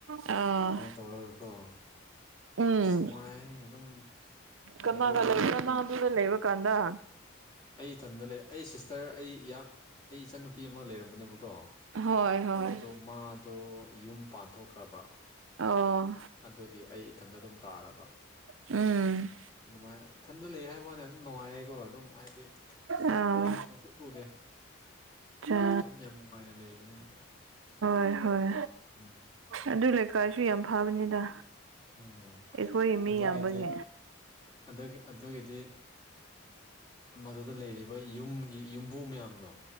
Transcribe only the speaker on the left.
ꯑꯗꯨꯃꯥꯏꯅ ꯇꯧꯔꯒꯀꯣ
ꯑꯁ ꯅꯨꯡꯉꯥꯏ ꯑꯗꯨꯝ
ꯑꯩꯈꯣꯏꯗꯤ
ꯑꯩ ꯏꯊꯟꯗ ꯂꯩ ꯑꯩ ꯁꯤꯁꯇꯔ ꯑꯩ ꯑꯩ ꯏꯆꯟꯅꯨꯄꯤ ꯑꯃ ꯂꯩꯔꯝꯕꯅꯦꯕꯀꯣ
ꯑꯗꯣ ꯃꯥꯗꯣ ꯌꯨꯝ ꯄꯥꯟꯊꯣꯛꯈ꯭ꯔꯕ
ꯑꯗꯨꯒꯤ ꯑꯩ ꯏꯊꯟꯗ ꯑꯗꯨꯝ ꯇꯥꯔꯕ
ꯑꯗꯨꯃꯥꯏꯅ ꯏꯊꯟꯗ ꯂꯩ ꯍꯥꯏꯕ ꯋꯥꯅꯤ ꯑꯗꯨꯝ ꯅꯨꯡꯉꯥꯏꯌꯦꯀꯣ ꯑꯗꯨꯝ ꯍꯥꯏ ꯗꯤ
ꯣꯔꯡ ꯁꯨꯝ ꯁ ꯆꯨꯗꯦ
ꯑꯗꯨꯝ ꯌꯥꯝ ꯅꯨꯡꯉꯥꯏꯅ ꯂꯩꯕꯅꯦ ꯑꯗꯣ
ꯎꯝ
ꯎꯝ
ꯑꯗꯨꯗꯒꯤꯗꯤ
ꯑꯗꯨ ꯑꯗꯨꯒꯤꯗꯤ ꯃꯗꯨꯗ ꯂꯩꯔꯤꯕ ꯌꯨꯝꯒꯤ ꯌꯨꯝꯕꯨ ꯃꯌꯥꯝꯗꯣ